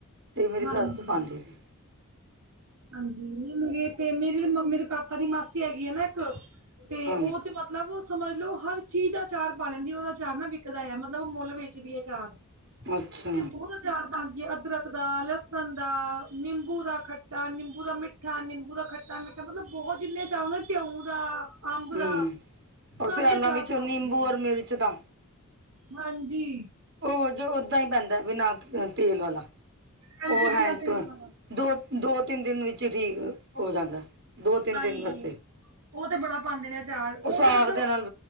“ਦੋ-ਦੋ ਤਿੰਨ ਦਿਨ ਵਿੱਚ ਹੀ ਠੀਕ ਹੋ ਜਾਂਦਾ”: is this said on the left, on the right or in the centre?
Right